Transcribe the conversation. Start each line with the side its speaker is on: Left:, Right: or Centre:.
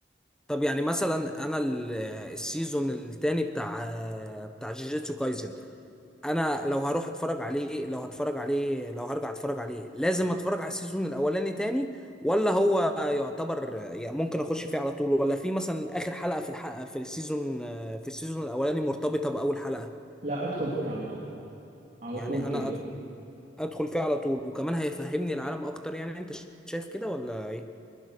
Centre: طب يعني مثلا انا ال- السيزون الثاني بتاع آه، بتاع جيجيتسو كايزن انا لو هروح اتفرج عليه لو هتفرج عليه لو هرجع اتفرج عليه لازم اتفرج على السيزون الاولاني تاني ولا هو يعتبر يعني ممكن اخش فيه على طول ولا في مثلا اخر حلقة في الحلقة في السيزون في السيزون الاولاني مرتبطة باول حلقة
Right: لا ادخل فيه على طول على
Centre: يعني
Right: طول كده
Centre: انا ادخل ادخل فيه على طول وكمان هيفهمني العالم اكتر يعني انت شايف كده ولا ايه